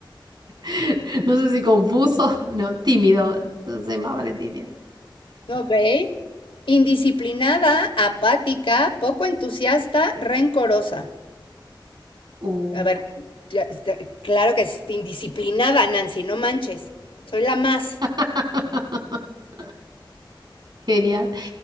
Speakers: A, on the right (about 60°); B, on the left (about 80°).
A: <laughs> no sé si confuso, <laughs> no, tímido, no sé, más vale tímido.
B: Ok. Indisciplinada, apática, poco entusiasta, rencorosa.
A: Uh,
B: A ver, ya está- claro que es indisciplinada, Nancy, no manches. Soy la más.
A: <laughs> Genial.